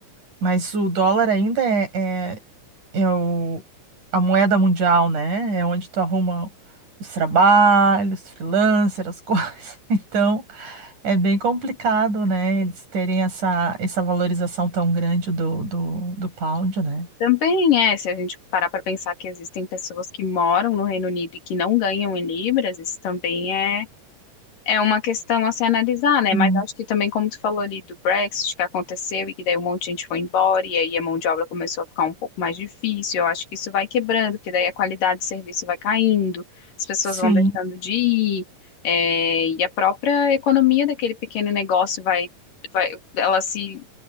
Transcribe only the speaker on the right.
Mas o dólar ainda é, é, é o, a moeda mundial, né? É onde tu arruma os trabalhos, freelancer, as <laughs> coisas. Então, é bem complicado, né? Eles terem essa, essa valorização tão grande do, do, do pound, né?
Sim.
Sim.